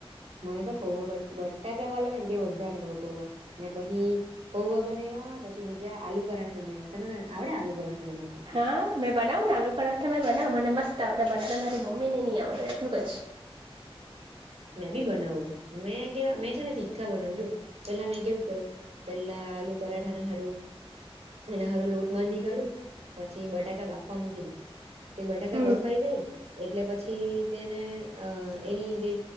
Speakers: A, on the right (about 75°); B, on the right (about 50°).
A: મને તો પૌવા બ બટા કેવા લ હોય ને તે વધારે ભઉ પૌવા ને પછી પૌવા બનાવવા પછી બીજા આલુ પરાઠા બનાવ્યા તને આવડે આલુ પરાઠા બનાવતા
B: હા મેં બનાવને આલુ પરાઠા મેં બનાવ મને મસ્ત ડે બનાવતા મારી મમ્મી ને નહી આવડે એટલું ક જ
A: મેં બી બનાવું મે કે મેં છે ને તીખા બનાવજો પેલા મેં કેવું કરું પેલા આલુ પરાઠના હારું એના હારું લોટ બાંધી કાઢું પછી બટાકા બાફવા મૂકી દે તે બટાકા
B: હમ
A: બફાઈ જાય એટલે પછી તેને અ એની જે